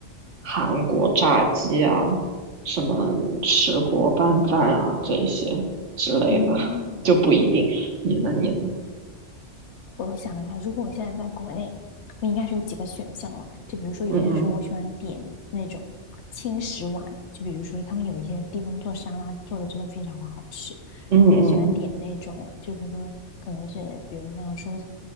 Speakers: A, on the right; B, on the left.
A: 韩国炸鸡啊，什么石锅拌饭啊这一些之类的，
B: 嗯，
A: <laughs> 就不一定。你呢？你呢？
B: 我想一下，如果我现在在国内，我应该是有几个选项了。就比如说，有些时候我喜欢点那种轻食碗，
A: 嗯嗯
B: 就比如说他们有一些地方做沙拉做的真的非常好吃。
A: 嗯
B: 我喜欢点那种，就是说可能是比如像蔬菜